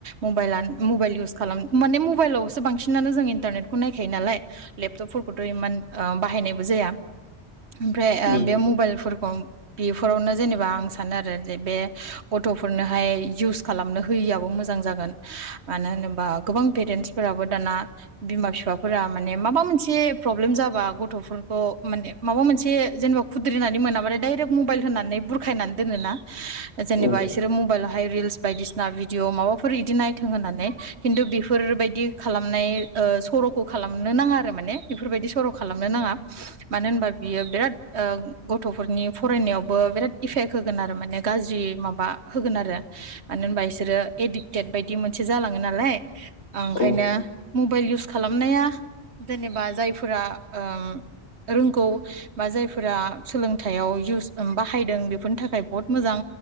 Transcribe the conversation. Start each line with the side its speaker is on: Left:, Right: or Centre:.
Right: मबाइला मबाइल इउस खालाम माने मबाइलावसो बांसिनानो जों इन्टारनेटखौ नायखायो नालाय लेपटपफोरखौथ इमान बाहायनायबो जाया। ओमफ्राय
Left: उम
Right: ओ बे मबाइलफोरखौ बेफोरावनो जेनेबा आं सानो आरो जे बे गथ'फोरनोहाय इउस खालामनो होयियाबो मोजां जागोन मानो होनोबा गोबां पेरेन्टसफोराबो दाना बिमा बिफाफोरा माने माबा मोनसे प्रब्लेम जाबा गथ'फोरखौ माने माबा मोनसे जेनेबा खुद्रिनानै मोनाबाथाय डायरेक्ट मबाइल होनानै बुरखायनानै दोनोना। जेनेबा
Left: औ
Right: इसोरो मबाइलावहाय रिल्स बायदिसिना भिडिअ माबाफोर इदि नायथों होननानै खिन्थु बेफोरबायदि खालामनाय ओ सरखौ खालामनो नाङा आरो माने बेफोरबायदि सर खालामनो नाङा मानो होनबा बियो बिराद गथ'फोरनि। फरायनायावबो बिराद इफेक्ट होगोन आरो माने गाज्रि माबा होगोन आरो मानो होनबा बिसोरो एडिक्टेड बायदि मोनसे जालाङो नालाय ओंखायनो
Left: औ
Right: मबाइल इउस खालामनाया जेनेबा जायफोरा ओम रोंगौ बा जायफोरा सोलोंथाइयाव <unintelligible> दों बाहायदों बेफोरनि थाखाय बहुत मोजां